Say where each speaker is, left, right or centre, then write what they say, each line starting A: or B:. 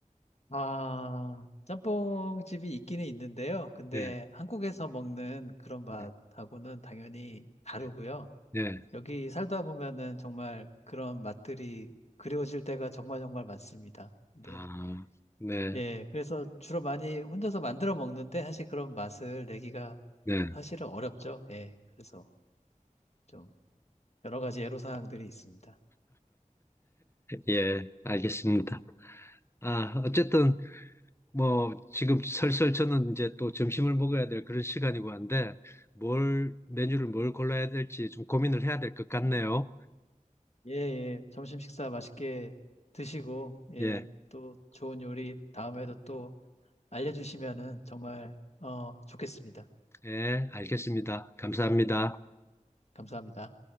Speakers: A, on the left; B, on the left.
A: 아, 짬뽕집이 있기는 있는데요. 근데
B: 네,
A: 한국에서 먹는 그런 맛하고는
B: 네,
A: 당연히 다르고요.
B: 네. 네.
A: 여기 살다 보면은 정말 그런 맛들이 그리워질 때가 정말 정말 많습니다. 네.
B: 아, 네,
A: 예, 그래서 주로 많이 혼자서 만들어 먹는데 사실 그런 맛을 내기가
B: 네.
A: 사실은 어렵죠. 예, 그래서 좀 여러 가지 애로사항들이 있습니다.
B: 예, 알겠습니다. 아, 어쨌든 뭐 지금 설설 저는 이제 또 점심을 먹어야 될 그런 시간이고 한데 뭘 메뉴를 뭘 골라야 될지 좀 고민을 해야 될 것 같네요.
A: 예, 예, 점심 식사 맛있게 드시고, 예,
B: 예,
A: 또 좋은 요리 다음에도 또 알려주시면은 정말 어, 좋겠습니다.
B: 예, 알겠습니다. 감사합니다.
A: 감사합니다.